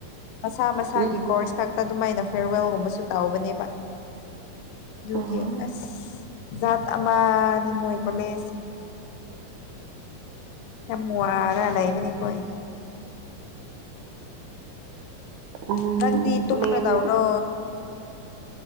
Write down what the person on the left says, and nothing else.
ꯃꯁꯥ ꯃꯁꯥꯒꯤ
ꯀꯣꯔꯁ ꯈꯛ ꯑꯗꯨꯃꯥꯏꯅ ꯐꯦꯔꯋꯦꯜꯒꯨꯝꯕꯁꯨ ꯇꯥꯎꯕꯅꯦꯕ ꯗꯨꯒꯤ
ꯑꯁ ꯖꯥꯠ ꯑꯃꯥꯅꯤ ꯃꯣꯏ ꯀꯣꯂꯦꯖꯁꯦ ꯌꯥꯝ ꯋꯥꯔ ꯂꯩꯕꯅꯤꯈꯣꯏ꯫
ꯅꯪꯗꯤ ꯇꯨꯝꯔ
ꯗꯧꯔꯣ꯫